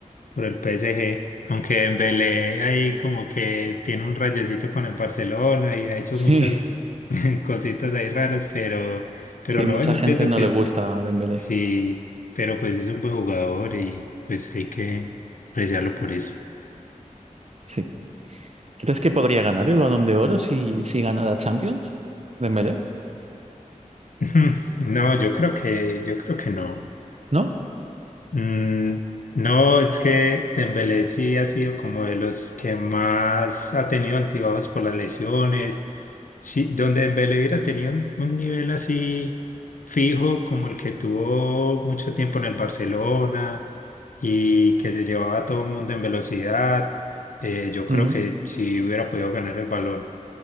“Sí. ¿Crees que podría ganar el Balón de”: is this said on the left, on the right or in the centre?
Right